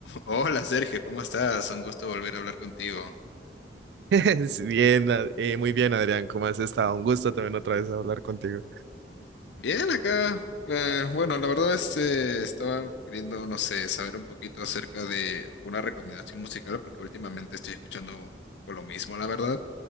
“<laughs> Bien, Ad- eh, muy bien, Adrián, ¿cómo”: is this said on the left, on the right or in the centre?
Right